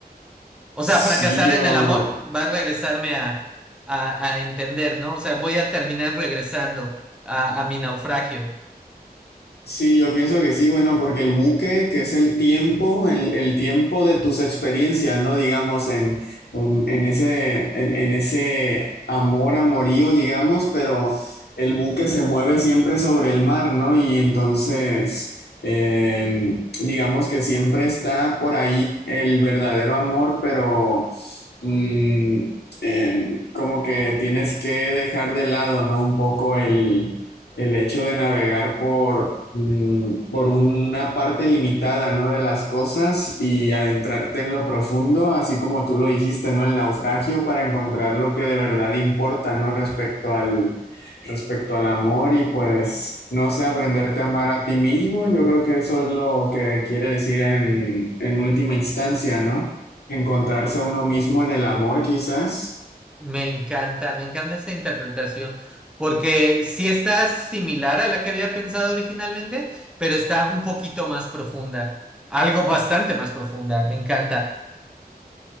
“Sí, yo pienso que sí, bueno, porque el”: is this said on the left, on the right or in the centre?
Left